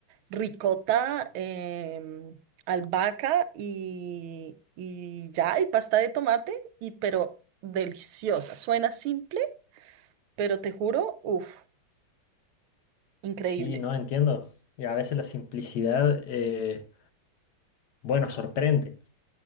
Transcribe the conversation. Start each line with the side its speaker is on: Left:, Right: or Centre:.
Right: ricota, em, albahaca y, y ya, y pasta de tomate, y pero deliciosa. Suena simple, pero te juro, uff, increíble,
Left: sí, no entiendo. Y a veces la simplicidad... eh, bueno, sorprende.